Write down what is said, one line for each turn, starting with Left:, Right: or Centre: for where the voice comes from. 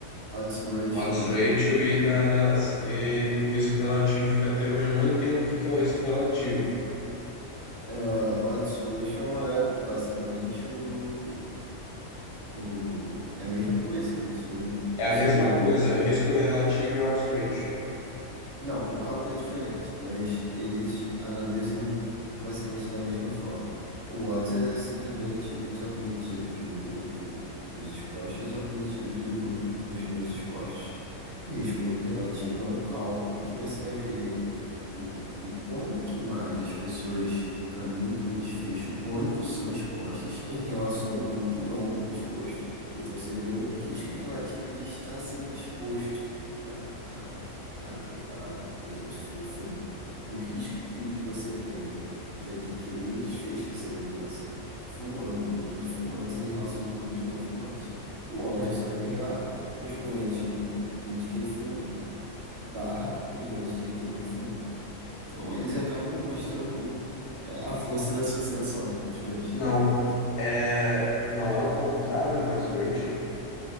Right: Odds ratio,
Left: odds
Right: né?
Left: ratio e, da, rela- e do risco relativo, que até hoje eu não entendo o que que é o risco relativo.
Right: É, odds ratio é basicamente o O... É a mesma coisa, se não me,
Left: É a mesma
Right: se não me engano.
Left: coisa, risco relativo e odds ratio.
Right: Não, o cálculo é diferente, mas eles analisam basicamente da mesma forma. O odds é simplesmente os acometidos no grupo dos expostos e os acometidos do grupo dos não expostos. O risco relativo é um cálculo que você vai ver o, o quanto mais as pessoas caminham para um desfecho quando são expostas em relação a um grupo não exposto. Então você vê o risco relativo de estar sendo exposto, né? a, que- a, por exemplo, se for o fumo, o risco que você tem de adquirir o desfecho que seria o câncer, fumando no grupo de fumantes em relação do grupo de não fumantes. O ódio
Left: Uhum.
Right: você vai pegar os doentes do, de quem fuma, barra os doentes de quem não fuma. Então eles acabam mostrando é, a força da associação, os dois,
Left: Não,
Right: né? Então,
Left: é, não é o contrário no odds ratio?